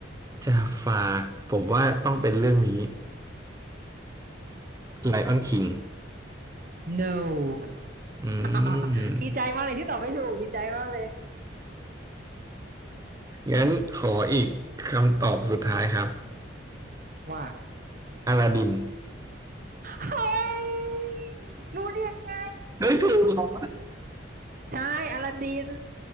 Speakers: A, on the right; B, on the right.
A: จาฟาผมว่าต้องเป็นเรื่องนี้ไลออนคิง
B: no
A: อื
B: <laughs>
A: ม <laughs>
B: ดีใจมากเลยที่ตอบไม่ถูกดีใจมากเลย
A: งั้นขออีกคำตอบสุดท้ายครับ
B: ว่า
A: อลาดิน
B: เฮ้ยรู้ได้ยังไง
A: เฮ้ยถูกเหรอ
B: ใช่อลาดิน